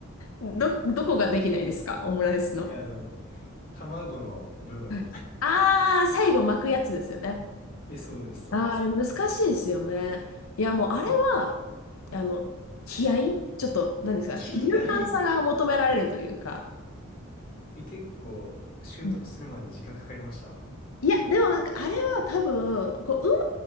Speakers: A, on the left; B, on the left.
A: ど、どこができないですかオムライスの。
B: いや、あの、卵の部分。
A: はいああ、最後巻くやつですよね。
B: <laughs> え、そうです、そうです。
A: ああ、あれ難しいですよね。いや、もうあれは、
B: え、
A: あの、気合いちょっと、何ですか、
B: 気合い
A: 勇敢さが求められるというか。
B: <laughs> え、結構、習得するまで時間かかりました。
A: うんいや、でもなんかあれは多分、こう、うま、